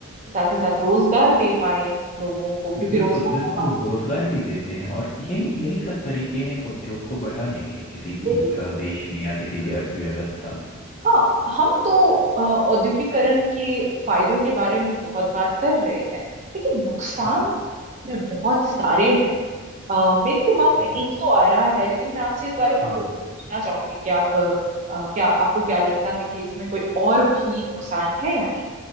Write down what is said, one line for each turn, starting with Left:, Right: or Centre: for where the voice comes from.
Right: साथ ही साथ रोजगार दे पाए लोगों को क्योंकि
Left: बिल्कुल
Right: रोजगार
Left: बिल्कुल वो रोजगार भी देते हैं और यही यही सब तरीके हैं उद्योग को बढ़ाने के किसी
Right: का
Left: भी अ, देश में या किसी भी अर्थव्यवस्था में
Right: हाँ हम तो अ, औद्योगिकरण के फायदों के बारे में बहुत बात कर रहे हैं लेकिन नुकसान
Left: हाँ
Right: में बहुत सारे हैं अ, मेरे दिमाग
Left: जी
Right: में एक तो आ रहा है लेकिन मैं आपसे इस बारे
Left: हाँ
Right: में जरूर पूछना चाहूंगी कि आप अ, क्या आपको क्या लगता है कि इसमें कोई और भी नुकसान है या नहीं